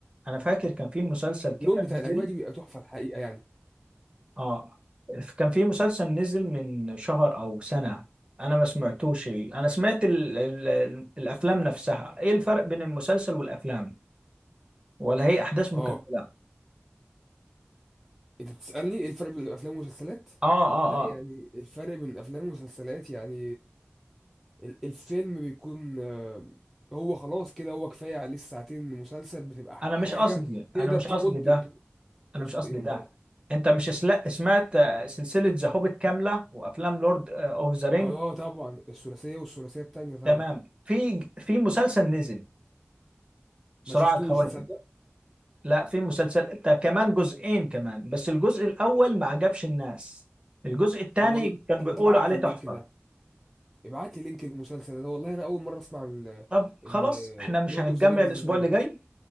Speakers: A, on the right; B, in the centre.
A: انا فاكر كان في مسلسل كده
B: بتاع
A: نزل
B: الاجواء دي بيبقى تحفه الحقيقه يعني
A: اه كان في مسلسل نزل من شهر او سنة انا ما سمعتوش انا سمعت ال ال الافلام نفسها ايه الفرق بين المسلسل والافلام ولا هي احداث مكمله
B: اه انت بتسألني ايه الفرق بين الافلام والمسلسلات
A: اه اه
B: لا يعني
A: اه
B: الفرق بين الافلام والمسلسلات يعني ال- الفيلم بيكون آه، هو خلاص كده هو كفاية عليه الساعتين المسلسل بتبقى ح-
A: انا مش
B: حاجة
A: قصدي
B: تقدر
A: انا مش
B: تمد
A: قصدي ده
B: ت- تقصد
A: انا مش قصدي
B: ايه يا امال
A: ده انت مش سلا- سمعت آه، سلسله ذا هوبيت كامله وافلام لورد اوف ذا رينج
B: اه طبعا الثلاثية والثلاثية التانية طبعا
A: تمام في في مسلسل نزل صراع
B: ما شفتوش
A: الخواتم
B: تصدق
A: لا في مسلسل ده كمان جزئين كمان بس الجزء الاول ما عجبش الناس الجزء الثاني
B: طب والله
A: كان
B: طب
A: بيقولوا
B: ما تبعت
A: عليه
B: لي
A: تحفه
B: اللينك ده ابعت لي لينك المسلسل ده والله انا اول مرة اسمع ال-
A: طب
B: ان
A: خلاص احنا مش
B: لورد
A: هنتجمع
B: اوف ذا رينجز
A: الاسبوع
B: نزل
A: اللي
B: لي
A: جاي